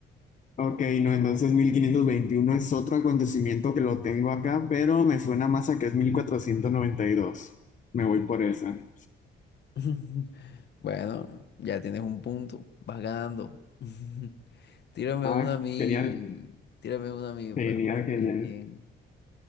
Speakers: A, on the left; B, on the left.
A: ok, no, entonces 1521 es otro acontecimiento que lo tengo acá, pero me suena más a que es 1492. Me voy por esa.
B: <laughs> Bueno, ya tienes un punto, vas ganando. <laughs> Tírame
A: Ah,
B: una a mí,
A: genial,
B: tírame una a mí, pues
A: genial,
B: una a ti
A: genial.
B: bien.